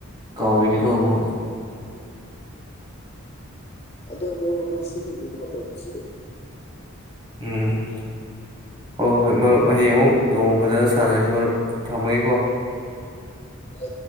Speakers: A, on the right; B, on the left.
A: ꯀꯥꯎꯏꯅꯤꯀꯣ ꯑꯃꯨꯛ
B: ꯑꯗꯨ ꯁꯤꯒꯤ ꯇꯧꯁꯤ
A: ꯎꯝ ꯍꯣꯏ ꯍꯣꯏ ꯃꯔꯨꯞ ꯍꯌꯦꯡ ꯑꯃꯨꯛ ꯅꯣꯡꯃ ꯐꯖꯅ ꯁꯥꯟꯅꯔꯁꯤ ꯃꯔꯨꯞ ꯊꯝꯃꯒꯦꯀꯣ
B: ꯍ